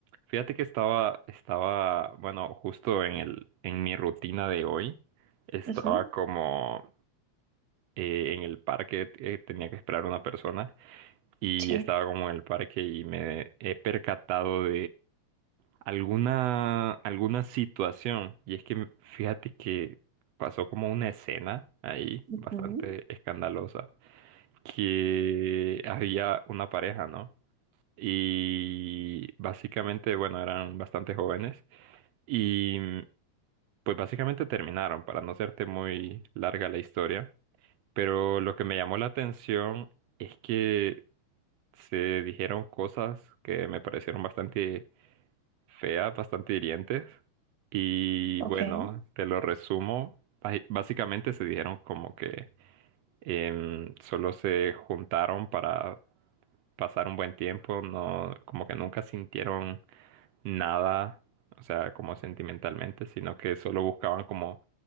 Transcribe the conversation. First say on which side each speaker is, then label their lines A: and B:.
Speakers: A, on the right (about 75°); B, on the right (about 45°).
A: fíjate que estaba, estaba, bueno, justo en el, en mi rutina de hoy, estaba
B: ujú,
A: como eh, en el parque, eh, tenía que esperar a una persona y
B: Sí.
A: estaba como en el parque y me he percatado alguna, alguna situación. Y es que fíjate que pasó como una escena ahí
B: ujú,
A: bastante escandalosa, que había una pareja, ¿no? Y básicamente, bueno, eran bastante jóvenes y mm, pues básicamente terminaron, para no hacerte muy larga la historia. Pero lo que me llamó la atención es que se dijeron cosas que me parecieron bastante feas, bastante hirientes. Y
B: Ok.
A: bueno, te lo resumo. Bai- Básicamente se dijeron como que em, solo se juntaron para pasar un buen tiempo, no, como que nunca sintieron nada, o sea, como sentimentalmente, sino que solo buscaban como